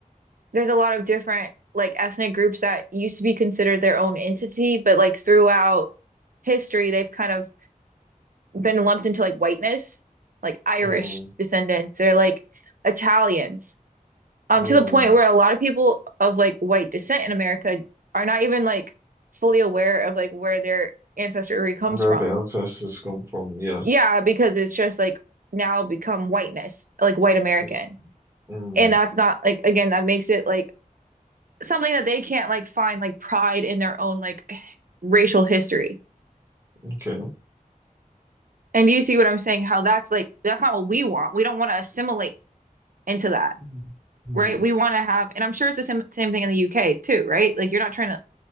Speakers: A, on the right (about 70°); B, on the right (about 20°).
A: there's a lot of different like ethnic groups that used to be considered their own entity, but like throughout history, they've kind of been lumped into like whiteness, like Irish
B: Mm.
A: descendants or like Italians, um,
B: Mm.
A: to the point where a lot of people of like white descent in America are not even like fully aware of like where their ancestry comes
B: Where
A: from.
B: the ancestors come from, yes.
A: Yeah, because it's just like now become whiteness, like white American.
B: Mm. Mm.
A: And that's not like again, that makes it like something that they can't like find like pride in their own like racial history.
B: Okay.
A: And do you see what I'm saying? How that's like that's not what we want. We don't want to assimilate into that,
B: Mhm. Hmm.
A: right? We want to have, and I'm sure it's the same same thing in the UK too, right? Like you're not trying to,